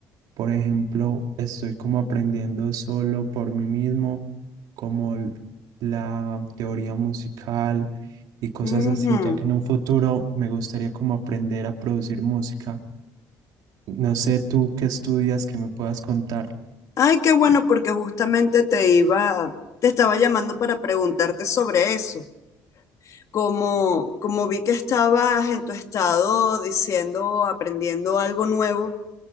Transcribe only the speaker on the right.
por ejemplo, estoy como aprendiendo solo por mí mismo, como l- la teoría musical y cosas
así, ya que en un futuro me gustaría como aprender a producir música. No sé tú qué estudias que me puedas contar.